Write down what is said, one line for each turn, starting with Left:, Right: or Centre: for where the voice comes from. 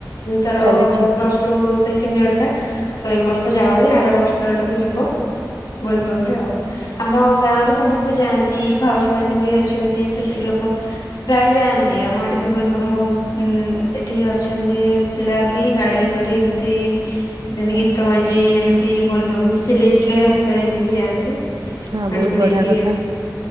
Left: ତାର
Right: ଚାଲିଛି
Left: ପ୍ଲସ୍ ଟୁ ସେଖେଣ୍ଡିୟର ଟା ତ ଏ ବର୍ଷ ଯାଉନି ଆର ବର୍ଷ ଆଡକୁ ଯିବ। ଗୋଲବମ୍ ରେ ଆଉ। ଆମ ଗାଁରୁ ସମସ୍ତେ ଯାଆନ୍ତି ଭାଉଜ ମାନେ ବି ଅଛନ୍ତି ସ୍ତ୍ରୀ ଲୋକ ପ୍ରାୟେ ଯାଆନ୍ତି ଆମଆଡେ ବି ବୋଲବମ୍ ବୋହୁତ ଏଠି ଅଛି। ଚନ୍ତି ପିଲା ବି ଗାଡ଼ି କରି ଏମିତି ଯେମତି ଗୀତ ବାଜେଇ ଯେମିତି ବୋଲବମ୍ ଚିଲେଇ ଚିଲେଇ ରାସ୍ତାରେ ଏମିତି ଯାଆନ୍ତି।
Right: ହଁ
Left: ପାଣି
Right: ବହୁତ
Left: ପୁଡେଇକି
Right: ବଢିଆ କଥା
Left: ଆଣି